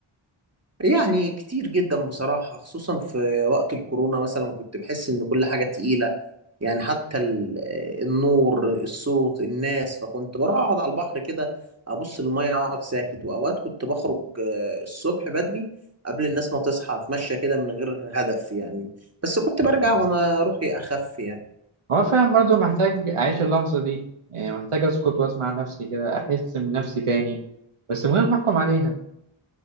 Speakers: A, on the right; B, on the right.
A: يعني كتير جدا بصراحة خصوصا في وقت الكورونا مثلا كنت بحس إن كل حاجة تقيلة يعني حتى ال- آه، النور الصوت الناس فكنت بروح أقعد على البحر كده أبص للمية أقعد ساكت وأوقات كنت بخرج آه، الصبح بدري قبل الناس ما تصحى أتمشى كده من غير هدف يعني بس كنت برجع وأنا روحي أخف يعني
B: هو فعلا برضو محتاج أعيش اللحظة دي يعني محتاج أسكت وأسمع نفسي كده أحس بنفسي تاني بس من غير ما أحكم عليها